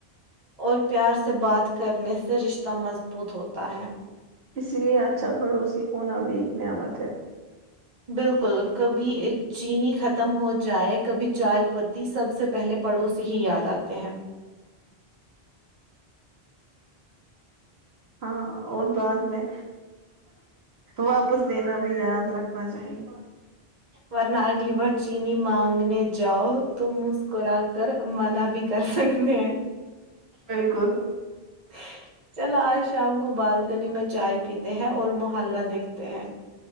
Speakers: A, on the right; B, on the right.
A: اور پیار سے بات کرنے سے رشتہ مضبوط ہوتا ہے
B: اسی لیے اچھا پڑوسی ہونا بھی ایک نعمت ہے
A: بالکل کبھی ایک چینی ختم ہو جائے کبھی چائے پتی سب سے پہلے پڑوسی ہی یاد آتے ہیں
B: ہاں اور بعد میں واپس دینا بھی یاد رکھنا چاہیے
A: ورنہ اگلی بار چینی مانگنے جاؤ تو مسکرا کر منع بھی کر سکتے ہیں
B: بالکل
A: ہاں <inaudible> چلو آج شام کو بالکنی میں چائے پیتے ہیں اور محلہ دیکھتے ہیں